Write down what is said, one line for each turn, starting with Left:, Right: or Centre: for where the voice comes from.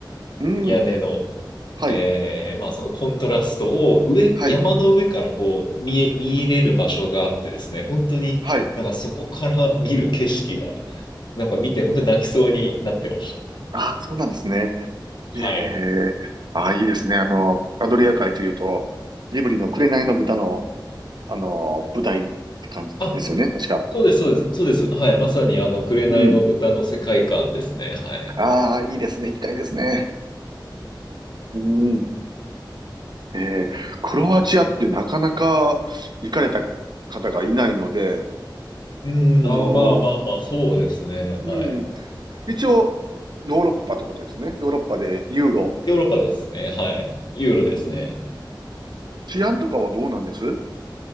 Right: うん。
Left: 屋根の、
Right: はい。
Left: えーまあ、そのコントラストを上、
Right: はい。
Left: 山の上からこう見え、見入れる場所があってですね、本当になんかそこから見る景色が、
Right: はい。
Left: なんか見て本当に泣きそうになってまし
Right: ああ、そうなんですね。ええ。
Left: た。はい。
Right: ああ、いいですね。あの、アドリア海というと、ジブリの紅の豚の、あの、舞台って感じですよね。
Left: あ、
Right: 確か。
Left: そうです、そうです、そうです。はい。まさに、あの、紅の豚の世界観ですね。
Right: うん。
Left: はい。
Right: ああ、いいですね。行きたいですね。うん。ええ。クロアチアってなかなか行かれた方がいないので、
Left: うーん、
Right: あの
Left: あー、まあまあまあ、そうですね。
Right: ーうん
Left: はい。
Right: 一応、ヨーロッパってことですね。ヨーロッパでユーロ。
Left: ヨーロッパですね。はい。ユーロですね。
Right: うん。治安とかはどうなんです